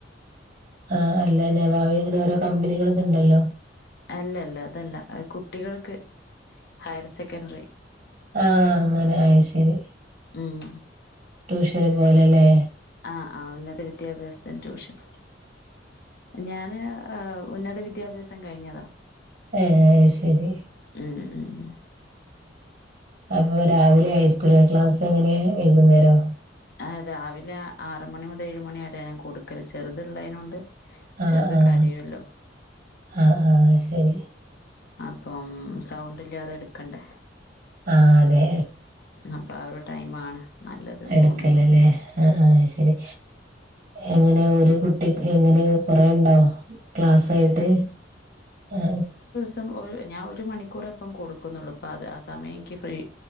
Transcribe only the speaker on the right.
ആഹ് അല്ല അല്ല വാവി ഇങ്ങനെ കമ്പനികൾ ഉണ്ടല്ലോ?.
ആ അങ്ങനെ അത്ശരി
ട്യൂഷന് പോലല്ലേ
ഏന്ന് അത്ശരി
അപ്പൊ രാവിലെ ആയിരിക്കൂലേ ക്ലാസ് എങ്ങനെ വൈകുന്നേരോ
ആഹ്
ആഹ്
ആഹ് ആഹ്‌യ് ശരി
ആ അതെ
എട്ക്കല്
ല്ലേ?. ആഹ് അയ് ശരി എങ്ങനെ ഒരു കുട്ടി എങ്ങനെ കൊറേണ്ടോ ക്ലാസായിട്ട് ആ